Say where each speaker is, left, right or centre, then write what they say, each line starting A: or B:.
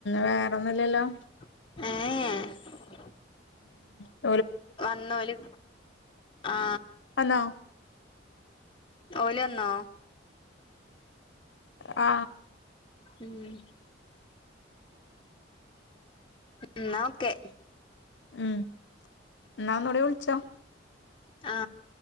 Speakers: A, on the left (about 65°); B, on the left (about 25°).
A: വേറൊന്നുംല്ലല്ലോ
B: ആ
A: മ്
B: വന്നല് ആ
A: വന്നോ
B: ഓലന്നോ
A: ആ
B: മ് എന്നാ ഓക്കെ
A: മ് എന്നാ ഒന്നൂടി വിളിച്ചോ
B: ആ